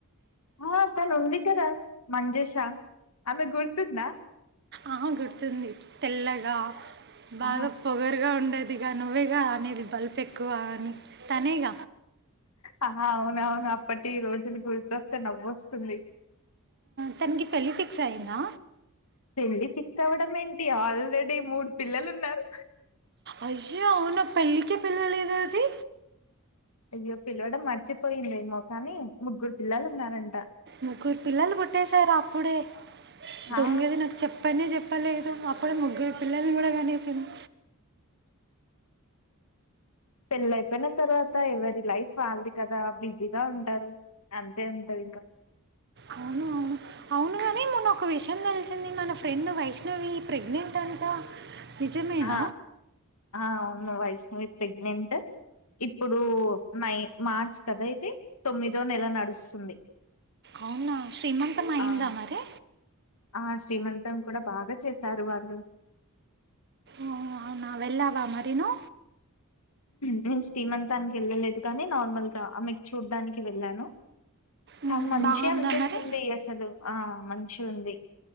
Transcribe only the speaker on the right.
ఆహ గుడుతుంది తెల్లగ బాగా
పొగరుగా ఉండేదిగా నువ్వేగా అనేది బల్ప ఎక్ ఎక్కువ అని తనేగ
తనకి పెళ్లి ఫిక్స్ అయ్యందా
అయ్యా అవునా పెళ్ళికే పిలవలేదే అది
ముగ్గురు పిల్లలు పూట్టేశార అప్పుడే దొంగది
నాకు చెప్పనే చెప్ప పలేదు అప్పుడ ముగ్గురు పిల్లల్ని కూడా కానేసింది
అవును అవును అవును ఒక విషయం తెలిసింది మన ఫ్రెండ్ వైష ఇ ప్రెగ్నెంట్ అంట నిజమేన
అవునా శ్రీమంతం అయిందా
మరి
ఒ అవునా వెళ్ళావ మరిను
మ్మ్,
బాగుందా
మరి